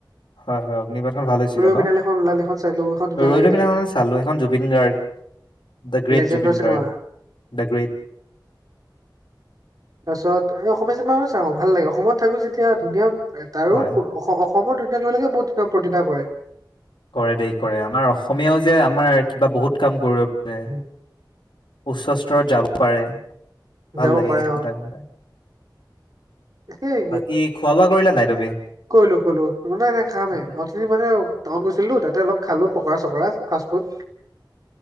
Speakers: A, on the left; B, on the right.
A: হয় হয় অগ্নিপাটখন ভাল হৈছিলে ন
B: বিনালে এখন ওলাল সেইখন চালো সেইখন ধুনীয়া
A: ৰৈ
B: লাগিলে
A: ৰৈ বিনালে খন চালো চালো সেইখন জুবিন গাৰ্গ দ গ্ৰেট
B: লেজেণ্ডৰ
A: Zubeen
B: cinema
A: Garg the great
B: তাৰপাছত এ অসমীয়া যেন মানুহ চাওঁ ভাল লাগে অসমত থাকো যেতিয়া ধুনীয়া তাৰো
A: হয় হয়
B: সমৰ দুন ধৰিলৈকে বহুত প্ৰতিভা কৰে
A: কৰে দেই কৰে আমাৰ অসমীয়াও যে আমাৰ কিবা বহুত কাম কৰিব পাৰে
B: উম
A: উচ্চ স্তৰত যাব পাৰে ভাল
B: যাব
A: লাগে
B: পাৰে
A: সখিনি
B: অ
A: কথা গম পাই
B: সেই
A: বাকী খোৱা বোৱা কৰিলা নাই তুমি
B: কলো কলো ম নাই নাই খামেই
A: হয়
B: মানে টাউন গৈছিলো তাতে অপ খালো পকৰা চকৰা ফাষ্ট ফুড